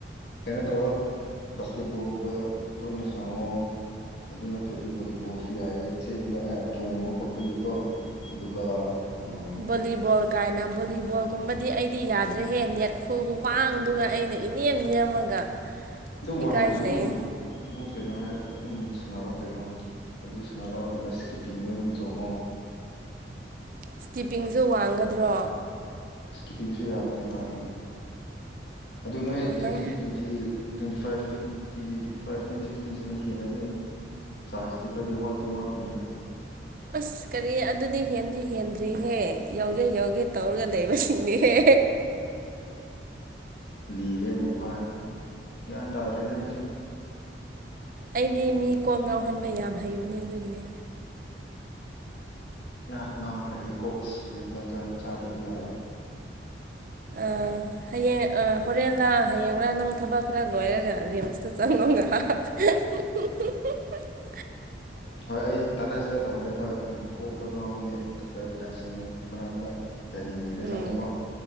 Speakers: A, on the left; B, on the right.
A: ꯀꯩꯅꯣ ꯇꯧꯋꫭ ꯕꯥꯁꯀꯦꯠ ꯕꯣꯜꯒꯨꯝꯕ ꯇꯣꯏꯅ ꯁꯅꯧꯑꯣ ꯑꯗꯨ ꯅꯠꯇ꯭ꯔꯗꯤ ꯚꯣꯂꯤꯕꯣꯜꯁꯨ ꯌꯥꯏꯑ‌ꯦ ꯆꯦꯟꯕ ꯑꯥ ꯆꯣꯡꯕ ꯈꯣꯠꯄꯒꯤꯀꯣ ꯑꯗꯨꯒ ꯎꯝ
B: ꯕꫭꯂꯤꯕꯣꯜ ꯀꯥꯏꯅ ꯕꯣꯂꯤꯕꯣꯜꯒꯨꯝꯕꯗꯤ ꯑꯩꯗꯤ ꯌꯥꯗ꯭ꯔꯦꯍꯦ ꯅꯦꯠ ꯈꯨꯋꯥꯡꯗꯨꯒ ꯑꯩꯅ ꯏꯅꯦꯝ ꯅꯦꯝꯃꯒ
A: ꯑꯗꯨ ꯋꯥꯡꯗꯁꯨ
B: ꯏꯀꯥꯏꯖꯩ
A: ꯑꯗꯨꯝ ꯑꯗꯨꯝ ꯀꯩꯅꯣ ꯍꯥꯏ ꯑꯗꯨꯝ ꯁꯥꯟꯅꯔꯣ ꯀꯩꯅꯣ ꯑꯗꯨ ꯁꯨꯅꯔꯣ ꯑꯗꯨꯒ ꯁ꯭ꯀꯤꯞꯄꯤꯡꯗꯣ ꯑꯗꯨꯝ ꯆꯣꯡꯉꯣ
B: ꯁꯇꯤꯞꯄꯤꯡꯁꯨ ꯋꯥꯡꯒꯗ꯭ꯔꯣ
A: ꯁ꯭ꯀꯤꯞꯄꯤꯡꯁꯨ ꯌꯥꯕꯅꯦ ꯍꯣꯏ ꯎꯝ ꯑꯗꯨ ꯅꯣꯏ
B: ꯅꯪ
A: ꯆꯍꯤ ꯇ꯭ꯣꯋ ꯇꯤ twenty five twenty five twenty six twenty seven ꯍꯦꯜꯂꯗꯤ ꯆꯥꯟꯁꯇꯤ ꯈꯔꯗꯤ ꯋꯥꯠꯇꯤ ꯋꯥꯠꯅꯤ
B: ꯑꯁ ꯀꯔꯤ ꯑꯗꯨꯗꯤ ꯍꯦꯟꯗꯤ ꯍꯦꯟꯗ꯭ꯔꯤꯍꯦ ꯌꯥꯎꯒꯦ ꯌꯧꯒꯦ ꯇꯧꯔꯒ ꯂꯩꯕꯁꯤꯡꯅꯤꯍꯦ
A: ꯂꯤꯔꯦ ꯑꯃꯨꯛ ꯍꯥꯏ ꯒ꯭ꯌꯥꯟ ꯇꯥꯗ꯭ꯔꯦꯗ ꯑꯩꯁꯨ
B: ꯑꯩꯗꯤ ꯃꯤ ꯀꯣꯛ ꯉꯥꯎꯍꯟꯕ ꯌꯥꯝ ꯍꯩꯕꯅꯦ ꯑꯗꯨꯒꯤꯅꯦ
A: ꯌꯥ ꯉꯥꯎꯈ꯭ꯔꯦ ꯑꯩ ꯀꯣꯛ ꯑꯁ ꯍꯣꯔꯦꯟ ꯍꯤꯗꯥꯛꯇ ꯆꯥꯗ꯭ꯔꯗꯤ ꯌꯥꯔꯣꯏ
B: ꯑ ꯍꯌꯦꯡ ꯑ ꯍꯣꯔꯦꯟꯂꯥ ꯍꯌꯦꯡꯂꯥ ꯅꯪ ꯊꯕꯛ ꯈꯔ ꯂꯣꯏꯔꯒ ꯔꯤꯝꯁꯇ ꯆꯪꯉꯣ ꯉꯛ ꯍꯥꯛ <unintelligible>
A: ꯍꯣꯏ ꯑꯩ ꯇꯥꯟꯅꯁꯤꯔ ꯇꯧꯕꯅꯦ ꯍꯣꯏ ꯎꯝ ꯀꯣꯛ ꯈꯔ ꯉꯥꯎꯕꯒꯤ ꯗꯥꯛꯇꯔ ꯕꯤꯂꯛꯁꯤꯅꯤ ꯃꯅꯥꯛꯇ ꯒꯩꯅꯤꯒꯤꯗ
B: ꯎꯝ
A: ꯆꯪꯕꯀꯣ